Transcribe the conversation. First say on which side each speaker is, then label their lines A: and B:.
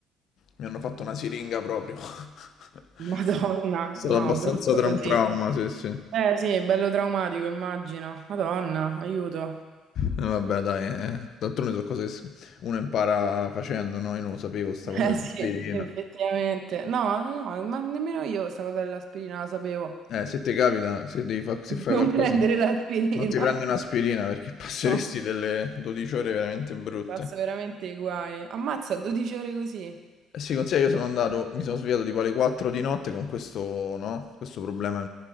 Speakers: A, on the left (about 60°); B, on the right (about 60°).
A: Mi hanno fatto una siringa proprio. <laughs> È
B: Madonna,
A: stato
B: no,
A: abbastanza
B: brutto
A: tra
B: così.
A: un trauma, sì, sì. Eh,
B: Eh sì, è bello traumatico, immagino. Madonna, aiuto.
A: Vabbè, dai, eh. D'altronde sono cose che s- uno impara facendo, no? Io non lo sapevo, sta cosa
B: Eh
A: dell'aspirina.
B: sì, effettivamente. No, no, ma nemmeno io sta cosa dell'aspirina la sapevo.
A: Eh, se ti capita, se devi fa- se fai
B: Non
A: qualcosa,
B: prendere l'aspirina.
A: non ti prendi un'aspirina perché <laughs> passeresti
B: No,
A: delle 12 ore veramente brutte.
B: mi passo veramente i guai. Ammazza, 12 ore così.
A: Eh sì, consiglia, io sono andato, mi sono svegliato tipo alle 4 di notte con questo, no? Questo problema,